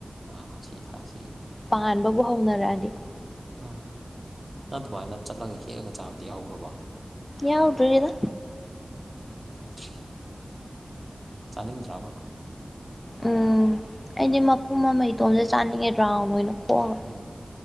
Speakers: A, on the right; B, on the left.
A: ꯑꯥ ꯁꯤ ꯊꯥꯁꯤꯒꯤ
B: ꯄꯥꯟꯕꯕꯨ ꯍꯧꯅꯔꯛꯑꯗꯤ
A: ꯑꯥ ꯅꯪ ꯑꯗꯨꯃꯥꯏꯅ ꯆꯠꯂꯒ ꯍꯦꯛꯑꯒ ꯆꯥꯕꯗꯤ ꯌꯥꯎꯈ꯭ꯔꯕꯣ
B: ꯌꯥꯎꯗ꯭ꯔꯤꯗ
A: ꯌꯥꯎꯗ꯭ꯔꯤ ꯆꯥꯅꯤꯡꯗ꯭ꯔꯥꯕ
B: ꯎꯝ ꯑꯩꯗꯤ ꯃꯄꯨꯝ ꯑꯃ ꯏꯇꯣꯝꯇ ꯆꯥꯅꯤꯡꯉꯦ ꯔꯥꯎꯟ ꯑꯣꯏꯅ ꯈꯣꯛꯑꯒ
A: ꯎꯝ